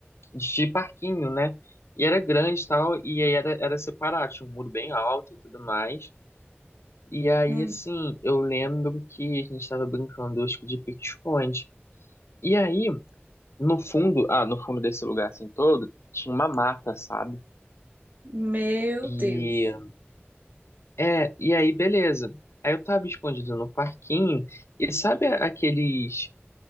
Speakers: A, on the left; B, on the right.
A: de parquinho, né? E era grande e tal, e aí era, era separado, tinha um muro bem alto e tudo mais. E aí,
B: hum.
A: assim, eu lembro que a gente tava brincando, acho que de pique-esconde. E aí, no fundo, ah, no fundo desse lugar assim todo, tinha uma mata, sabe?
B: Meu
A: E,
B: Deus.
A: é, e aí, beleza. Aí eu tava escondido no parquinho, e sabe aqueles